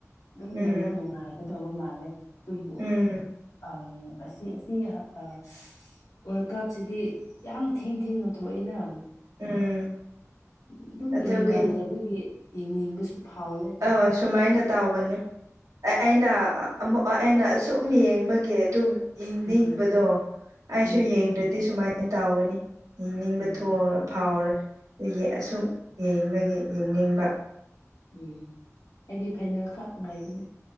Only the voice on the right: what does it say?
ꯎꯝ
ꯎꯝ
ꯎꯝ
ꯑꯗꯨꯒꯤꯅꯤ
ꯑꯥ ꯁꯨꯃꯥꯏꯅ ꯇꯥꯎꯕꯅꯦ ꯑꯦ ꯑꯩꯅ ꯑꯃꯛ ꯑꯩꯅ ꯁꯨꯝ ꯌꯦꯡꯕꯒꯤ ꯑꯗꯨꯝ ꯌꯦꯡꯅꯤꯡꯕꯗꯣ
ꯑꯩꯁꯨ
ꯌꯦꯡꯗ꯭ꯔꯗꯤ ꯁꯨꯃꯥꯏꯅ ꯇꯧꯒꯅꯤ ꯌꯦꯡꯅꯤꯡꯕ
ꯊꯣꯛꯑ ꯐꯥꯎꯔ ꯗꯒꯤ ꯑꯁꯨꯝ ꯌꯦꯡꯕꯒꯤ ꯌꯦꯡꯅꯤꯡꯕ